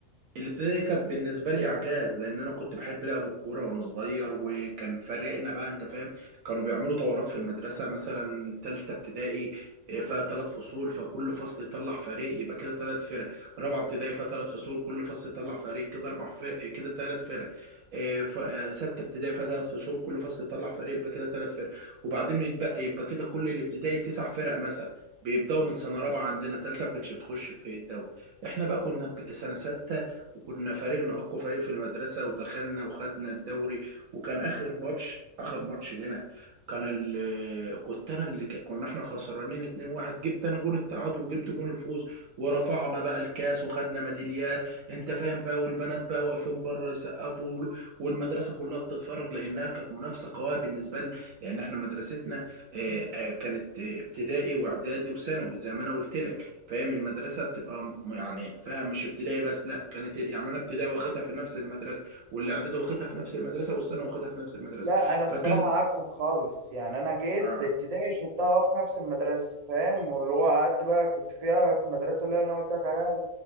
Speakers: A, on the right; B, on the right.
A: الابتدائي كانت بالنسبة لي إعجاز لأن أنا كنت بحب لعب الكورة وأنا صغير وكان فريقنا بقى أنت فاهم كانوا بيعملوا دورات في المدرسة مثلا تالتة ابتدائي إيه، فيها تلات فصول فكل فصل يطلع فريق يبقى كده تلات فرق رابعة ابتدائي فيها تلات فصول كل فصل يطلع فريق كده أربع فرق كده تلات فرق إيه، ف- آه، ستة ابتدائي فيها تلات فصول كل فصل يطلع فريق يبقى كده تلات فرق وبعدين يتبقى يبقى كده كل الابتدائي تسع فرق مثلا بيبدأوا من سنة رابعة عندنا تالتة ما كانتش بتخش في الدوري احنا بقى كنا ك- سنة ستة وكنا فريقنا اقوى فريق في المدرسه ودخلنا وخدنا الدوري وكان اخر ماتش اخر ماتش لنا كان ال... كنت انا اللي ك- كنا احنا خسرانين 2-1 جبت انا جون التعادل وجبت جون الفوز ورفعنا بقى الكاس وخدنا ميداليات انت فاهم بقى والبنات بقى واقفين بره يسقفوا وال- والمدرسه كلها بتتفرج لانها كانت منافسه قويه بالنسبه لنا لان احنا مدرستنا آه، آه، كانت آه، ابتدائي واعدادي وثانوي زي ما انا قلت لك فاهم المدرسه بتبقى م- يعني فاهم مش ابتدائي بس لا كانت يعني انا ابتدائي واخدها في نفس المدرسه والاعدادي واخدها في نفس المدرسه والسنه واخدها في نفس المدرسه
B: لا انا الصراحه
A: فكان
B: عكسك خالص يعني انا جيت
A: آه،
B: ابتدائي خدتها في نفس المدرسه فاهم واللي هو قعدت بقى كنت فيها في المدرسه اللي انا قلت لك عليها